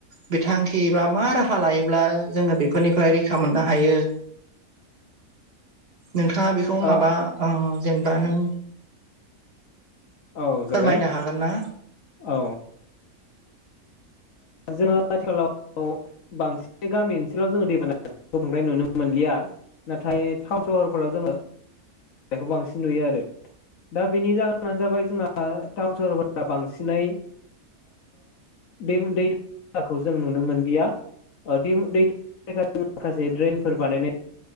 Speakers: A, on the right (about 40°); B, on the left (about 65°).
A: बिथांखि बा मा राहा लायोब्ला जोङो बेफोरनिफ्राय रैखा मोननो हायो नोंथाङा बेखौ माबा
B: औ
A: जेनेबा नों
B: औ
A: फोरमायनो
B: जागोन
A: हागोन ना?
B: औ जोङो आथिखालाव बांसिन गामि ओनसोलाव जोङो दैबाना बांद्राय नुनो मोनलिया नाथाय टाउन सहरफोराव जोङो खौ बांसिन नुयो आरो दा बेनि जाहोनानो जाबाय जोंना टाउन सहर दा बांसिनै बे दै <unintelligible> जों नुनो मोनलिया दै <unintelligible> माखासे ड्रेनफोर बानायनाय